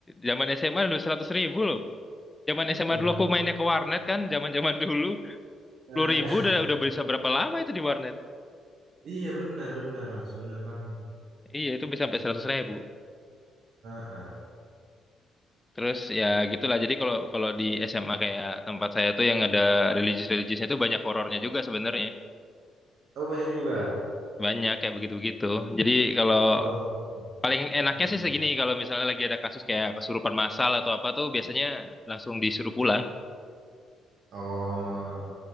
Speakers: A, on the left; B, on the right.
A: zaman SMA dulu 100 ribu loh. Zaman
B: Heeh.
A: SMA dulu aku mainnya ke warnet kan, zaman-zaman dulu. 10
B: Nah,
A: ribu udah,
B: <laughs>
A: udah bisa berapa lama itu di warnet?
B: iya, benar, benar, Mas. Benar banget.
A: Iya itu bisa
B: Itu.
A: sampai seratus ribu.
B: Heeh.
A: Terus ya gitulah. Jadi kalau kalau di SMA kayak tempat saya tuh yang ada religius-religiusnya tuh banyak horornya juga sebenarnya.
B: Oh, banyak juga.
A: Banyak kayak begitu-begitu. Jadi kalau
B: Oh.
A: paling enaknya
B: Heeh.
A: sih segini kalau misalnya lagi ada kasus kayak kesurupan massal atau apa tuh biasanya langsung disuruh pulang.
B: Oh,